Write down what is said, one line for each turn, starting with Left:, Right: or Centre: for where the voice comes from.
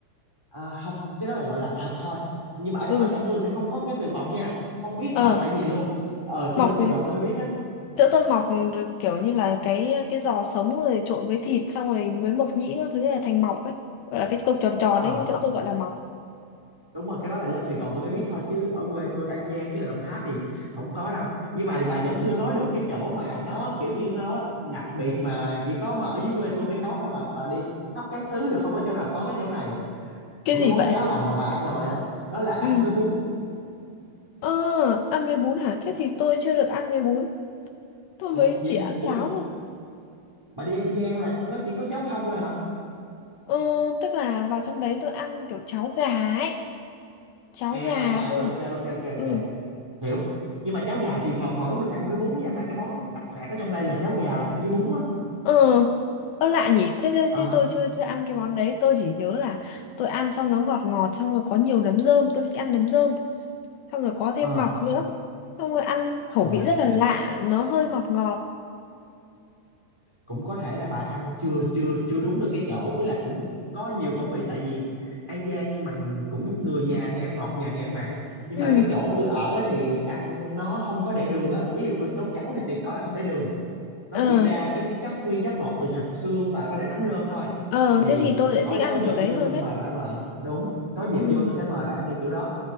Centre: à, không cái đó là gọi là thịt thôi nhưng mà ở,
Left: ừ
Centre: ở trong tôi sẽ không có cái từ mọc nha không biết
Left: ờ
Centre: mọc là gì luôn ờ tôi
Left: mọc
Centre: lên Sài Gòn tôi mới biết á
Left: chỗ tôi mọc kiểu như là cái cái giò sống rồi trộn với thịt xong rồi mới mộc nhĩ các thứ là thành mọc ấy gọi là cái cục tròn tròn
Centre: Ờ,
Left: ấy nhưng chỗ tôi gọi là mọc
Centre: đúng rồi cái đó là lên Sài Gòn tôi mới biết thôi chứ ở quê tôi An Giang với lại Đồng Tháp thì không có đâu nhưng mà bà vẫn chưa nói được cái chỗ mà nó kiểu như nó đặc biệt mà chỉ có mà ở dưới quê tôi mới có thôi và bà đi khắp các xứ đều không có chỗ nào có cái chỗ này
Left: cái
Centre: của
Left: gì
Centre: cái món
Left: vậy
Centre: cháo lòng mà bà ăn rồi á đó là ăn
Left: ừ
Centre: với bún
Left: ờ ăn với bún hả thế thì tôi chưa được ăn với bún tôi
Centre: ủa
Left: mới
Centre: vậy
Left: chỉ ăn
Centre: ủa
Left: cháo thôi
Centre: bà đi An Giang là nó chỉ có cháo không thôi hả
Left: ờ tức là vào trong đấy tôi ăn kiểu cháo gà ấy cháo
Centre: à
Left: gà
Centre: à
Left: thôi
Centre: rồi ok ok ok
Left: ừ
Centre: ok hiểu nhưng mà cháo gà thì bà vẫn được ăn với bún nha tại cái món đặc sản ở trong đây là cháo gà là ăn với bún á
Left: Ừ, ơ lạ nhỉ, thế, thế
Centre: ờ
Left: thế tôi chưa chưa ăn cái món đấy, tôi chỉ nhớ là tôi ăn xong nó ngọt ngọt xong rồi có nhiều nấm rơm, tôi thích ăn nấm rơm, xong rồi có thêm
Centre: ờ
Left: mọc nữa. Xong rồi ăn khẩu
Centre: ờ
Left: vị rất là lạ, nó hơi ngọt ngọt.
Centre: cũng có thể là bà ăn chưa chưa chưa đúng được cái chỗ ý là cũng có nhiều khẩu vị tại vì An Giang nhưng mà cũng người nhà thì ăn ngọt nhà thì ăn mặn nhưng
Left: Ừ,
Centre: mà cái chỗ tôi ở thì ăn nó không có để đường á ý là việc nấu cháo thì tuyệt đối là không để đường nó
Left: ờ,
Centre: chỉ ra cái chất nguyên chất ngọt từ thịt xương và với lại nấm rơm thôi
Left: ờ
Centre: thì
Left: thế thì tôi lại
Centre: có
Left: thích ăn
Centre: có dịp
Left: kiểu đấy
Centre: vô
Left: hơn
Centre: tôi mời
Left: đấy.
Centre: bà ăn lại đúng có dịp
Left: Ừ,
Centre: vô tôi sẽ mời bà ăn theo kiểu đó